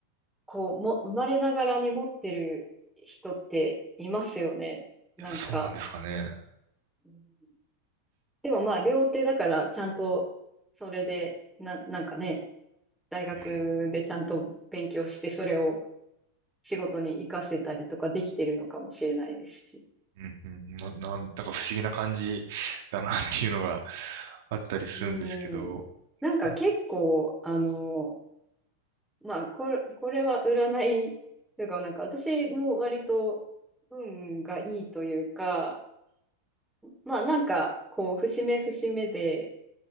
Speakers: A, in the centre; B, on the right.
A: こう、も、生まれながらに持ってる人っていますよね。なんか。
B: やっぱそうなんですかね。
A: うんでもまあ、両手だから、ちゃんと、それで、な、なんかね、大学でちゃんと勉強して、
B: うん
A: それを仕事に活かせたりとかできてるのかもしれないですし。
B: うんうんうん、な、なんだか不思議な感じだなっていうのがあったりするんですけど。
A: うん。なんか結構、
B: うん
A: あの、まあ、これ、これは占い、というか、なんか私も割と運がいいというか、まあなんか、こう、節目節目で、